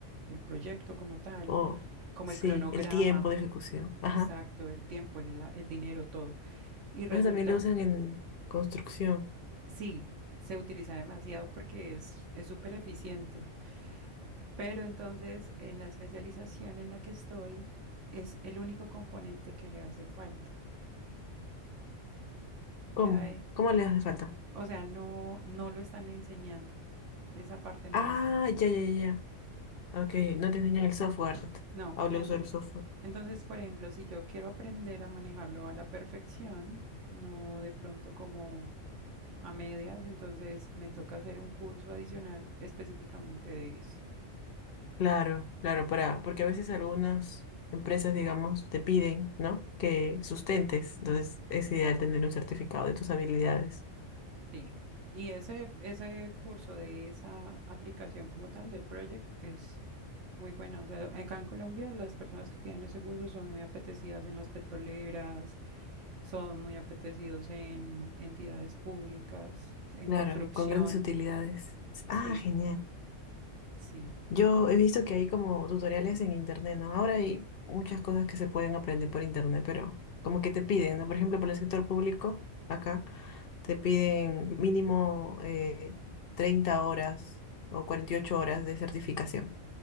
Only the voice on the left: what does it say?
Oh,
sí,
el tiempo de ejecución. Ajá.
Eso también lo usan en construcción.
¿Cómo?
¿Cómo le hace falta?
Ah,
ya, ya, ya. ya. Ok, no te enseñan el software.
Habla
usar el software.
Claro, claro, para, porque a veces algunas empresas, digamos, te piden, ¿no? Que sustentes.
Entonces es ideal tener un certificado de tus habilidades.
Claro,
con grandes utilidades.
Ah, genial.
Yo he visto que hay como tutoriales en internet, ¿no? Ahora hay muchas cosas que se pueden aprender por internet, pero como que te piden, ¿no? Por ejemplo, para el sector público. Acá Te piden mínimo eh, 30 horas o 48 horas de certificación.